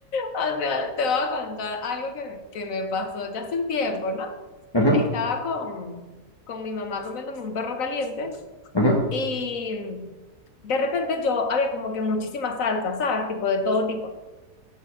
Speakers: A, on the left; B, on the left.
A: O sea, te voy a contar algo que, que me pasó ya hace un tiempo, ¿no?
B: Ajá,
A: Estaba con, con mi mamá comiéndome un perro caliente
B: ajá, ajá,
A: Y de repente yo había como que muchísimas salsas, ¿sabes? Tipo de todo tipo.